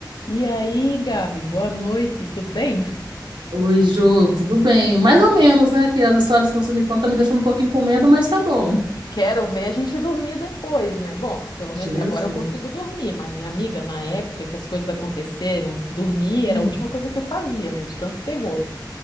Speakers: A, on the left (about 70°); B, on the right (about 85°).
A: E aí, Gabi, boa noite, tudo bem?
B: Oi, Jô, tudo bem? Mais ou menos, né? Que as histórias que você me conta me deixam um pouquinho com medo, mas tá bom.
A: Quero ver a gente dormir depois, né? Bom, pelo
B: Jesus.
A: menos agora eu consigo dormir, mas minha amiga, na época que as coisas aconteceram, dormir
B: Hum,
A: era a última coisa que eu fazia, né? De tanto terror.